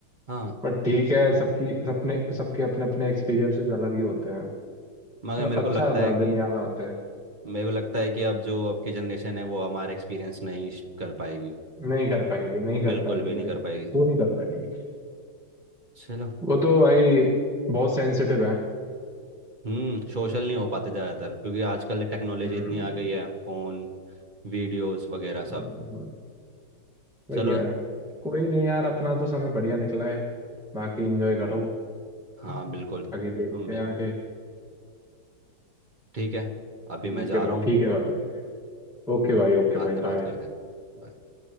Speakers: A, on the right (about 30°); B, in the centre.
A: हाँ
B: पर ठीक है सबकी सबने सबके अपने अपने एक्सपीरियंसेस अलग ही होते हैं मतलब
A: मगर मेरे को
B: अच्छा
A: लगता
B: था
A: है
B: दिन
A: कि
B: याद आते हैं
A: मेरे को लगता है कि अब जो अब की जनरेशन है वो हमारा एक्सपीरियंस नहीं श- कर पाएगी
B: नहीं कर पाएगी नहीं कर
A: बिल्कुल
B: पाएगी
A: भी
B: भाई
A: नहीं कर पाएगी
B: वो नहीं कर पाएगी
A: चलो
B: वो तो भाई बहुत सेंसिटिव है
A: हम्म सोशल नहीं हो पाते ज़्यादातर क्योंकि आजकल टेक्नोलॉजी
B: हम्म
A: इतनी आ गई है फ़ोन वीडियोस वगैरह
B: हम्म,
A: सब
B: हम्म। वही
A: चलो
B: है कोई नहीं यार अपना तो समय बढ़िया निकला है बाकी एंजॉय करो
A: हाँ
B: हम्म।
A: बिल्कुल तुम
B: आगे देखते
A: भी
B: हैं आगे
A: ठीक है अभी मैं
B: ठीक
A: जा
B: है भाई
A: रहा हूँ
B: ठीक है भाई ओके भाई ओके
A: बाद
B: भाई
A: में बात
B: बाय
A: करते हैं Bye.